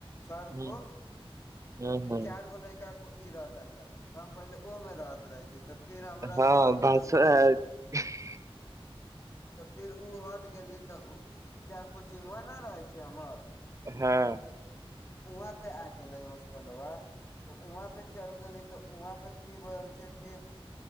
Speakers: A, on the left; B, on the right.
A: सर
B: हँ
A: को <unintelligible>
B: हँ
A: तीन
B: हँ
A: चार गो लैका। ई रहता त हम पहिले ओ में रहत रहे छी तऽ। फिर हमरा
B: हँ
A: सर
B: बस।
A: जब ओ
B: <unintelligible>
A: तऽ फेर ओ हट गेली तऽ। <unintelligible> जा कोचिंगग व नहि रहै छै अमर। <unintelligible>
B: हँ। <unintelligible>
A: वहाँ पे आगे नहि होस्टला। <unintelligible> तऽ वहाँ। <unintelligible> ी तऽ वहं पे की भेल छै कि